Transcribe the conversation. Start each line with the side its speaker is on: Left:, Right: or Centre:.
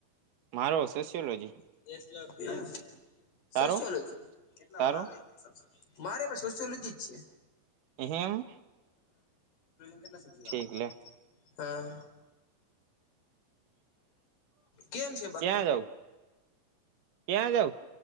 Right: મારો સોશિયોલોજી
Left: <unintelligible>
Right: તારો
Left: સોશિયોલોજી કેટલા
Right: તારો
Left: લાવે આવે મારે પણ સોશિયોલોજી જ છે.
Right: એમ.
Left: કેટલા સબ્જેકટ
Right: ઠીક
Left: આવે?
Right: લે
Left: હા. કેમ છે બાકી
Right: ક્યાં જાઉ? ક્યાં જાઉ?